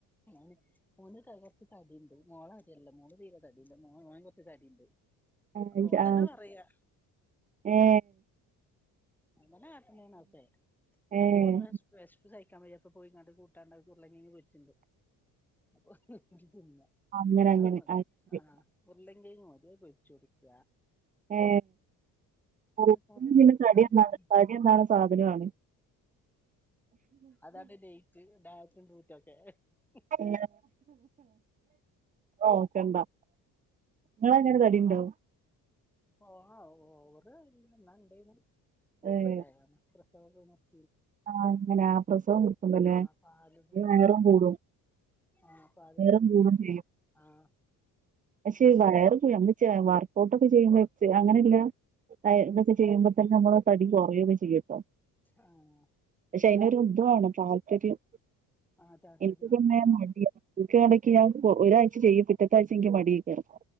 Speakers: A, in the centre; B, on the right.
A: മോന് മോന് കൊറച്ച് തടിണ്ട് മോള മാതിരിയല്ല മോള് തീരെ തടില്ല മോന് കൊർച്ച് തടിണ്ട്.
B: ആ
A: അപ്പൊ
B: ഇൻക്ക്
A: ഓൻ
B: ആ
A: തന്നെ പറയാ
B: ഏ
A: അങ്ങനെ കാട്ടണേണ അതൊക്കെ അ
B: ഏഹ്
A: ഇപ്പൊ ഓന് വെശപ്പ് വെശപ്പ് സഹി ക്കാൻ വയ്യ അപ്പൊ പോയിക്കാണ്ട് കൂട്ടാണ്ടാക്കും ഉരുളകിഴങ് പൊരിച്ചിണ്ട്. <unintelligible> <unintelligible>
B: അങ്ങനെ അങ്ങനെ
A: അത് മതി
B: ശെരി
A: ആ ഉരുള കിഴങ്ങ് മതി അത് പൊരിച്ചു കൊടുക്ക
B: ഏ <unintelligible>
A: കറി വെച്ചോ
B: പിന്നെ തടി
A: കറി വെച്ചോ
B: തടി നന്നാക്ണ സാധനും ആണ്
A: അതാണ് ഡേറ്റ് ഡയറ്റും <unintelligible>
B: ഏ ഓ കണ്ടാ ഇങ്ങളെങ്ങനെ തടിണ്ടോ
A: ഓ ഓവർ ന്നാ ഇണ്ടേനും ഞാപ്പണ്ടായതാണ്
B: ഏഹ്
A: പ്ര സവം കയിഞ്ഞപ്പോ
B: ആഹ് അങ്ങനെ പ്രസവം നിർത്തുമ്പം ലേ
A: ആഹ് പാലുടി
B: അത് വയറും കൂടും
A: ആഹ് പാലുടി
B: വയറും
A: നിർത്തീട്ടെ
B: കൂടും ചെയ്യും
A: ആഹ്
B: പക്ഷെ വയറ് <unintelligible> <unintelligible> വർക്കൗട്ട് ഒക്കെ ചെയ്യുമ്പ ചെ അങ്ങനെല്ല അ എ തൊക്കെ ചെയ്യുമ്പോ തന്നെ നമ്മള് തടി കുറയൊക്കെ ചെയ്യുട്ടോ
A: ആഹ്
B: അയ്നൊരു ത് വാണം താല്പര്യം
A: ആഹ് താല്പര്യമാണ്
B: എനിക്ക് പിന്നെ മടി ആണ് ഇക്ക് ഞാൻ ഇടക്ക് ചെയ്യും ഒരാഴ്ച ചെയ്യും പിറ്റത്ത ആഴ് ഇൻക് മടിയേക്കാരം